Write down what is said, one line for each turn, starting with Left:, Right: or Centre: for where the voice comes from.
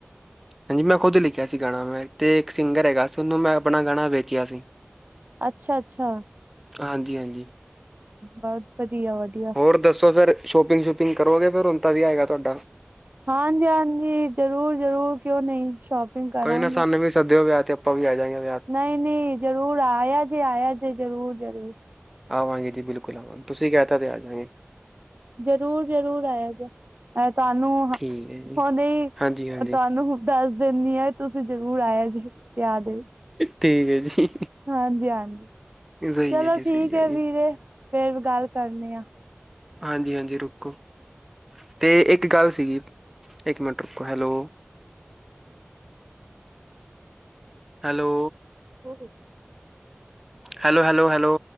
Centre: ਹਾਂਜੀ ਮੈਂ ਖੁੱਦ ਲਿਖਿਆ ਸੀ ਗਾਣਾ ਮੈਂ ਤੇ ਇੱਕ ਸਿੰਗਰ ਹੈਗਾ ਸੀ, ਉਨੂੰ ਮੈਂ ਆਪਣਾ ਗਾਣਾ ਵੇਚਿਆ ਸੀ।
Right: ਅੱਛਾ ਅੱਛਾ
Centre: ਹਾਂਜੀ-ਹਾਂਜੀ।
Right: ਬਜ ਬਜੀਆ, ਵਧੀਆ।
Centre: ਹੋਰ ਦੱਸੋ ਫੇਰ ਸ਼ੋਪਿੰਗ-ਸ਼ੂਪਿੰਗ ਕਰੋਗੇ ਫੇਰ ਹੁਨ ਤਾਂ ਵਿਆ ਹੈਗਾ ਤੁਆਡਾ।
Right: ਹਾਂਜੀ-ਹਾਂਜੀ, ਜ਼ਰੂਰ-ਜਰੂਰ ਕਿਓਂ ਨਈ ਸ਼ੋਪਿੰਗ ਕਰਾਂਗੇ।
Centre: ਕੋਈ ਨਾ ਸਾਨੂੰ ਵੀ ਸਦਿਓ ਵਿਆ ਤੇ ਆਪ ਆਪਾਂ ਵੀ ਆ ਜਾਂਗੇ ਨਾ।
Right: ਨਈ ਨੀ ਜਰੂਰ ਆਇਆ ਜੇ, ਆਇਆ ਜੇ ਜਰੂਰ, ਜਰੂਰ
Centre: ਆਵਾਂਗੇ ਜੀ, ਬਿਲਕੁਲ ਆਵਾਂਗੇ। ਤੁਸੀ ਕੈ ਤਾ ਤੇ ਆ ਜਾਗੇ।
Right: ਜਰੂਰ-ਜਰੂਰ ਆਇਆ ਜੇ ਔਰ ਤੁਆਨੂੰ
Centre: ਠੀਕ
Right: ਹੁ
Centre: ਹੈ ਜੀ
Right: ਹੋਨੇ ਈ
Centre: ਹਾਂਜੀ ਹਾਂਜੀ
Right: ਤੁਆਨੂੰ ਹੁ ਦਸ ਦੇਨੀ ਆ ਤੁਸੀ ਜਰੂਰ ਆਇਆ ਜੇ, ਵਿਆ ਦੇ ਵਿੱਚ,
Centre: ਠੀਕ ਹੈ ਜੀ
Right: ਹਾਂਜੀ-ਹਾਂਜੀ।
Centre: ਸਹੀ
Right: ਚਲੋ
Centre: ਹੈ ਜੀ ਸਹੀ
Right: ਠੀਕ
Centre: ਹੈ ਜੀ
Right: ਏ ਵੀਰੇ, ਫੇਰ ਗੱਲ ਕਰਨੇ ਆ।
Centre: ਹਾਂਜੀ-ਹਾਂਜੀ, ਰੁੱਕੋ। ਤੇ ਏੱਕ ਗੱਲ ਸੀਗੀ। ਏੱਕ ਮਿੰਟ ਰੁਕੋ, ਹੈਲੋ। ਹੈਲੋ।
Right: ਹੋ ਗਈ।
Centre: Hello, hello, hello.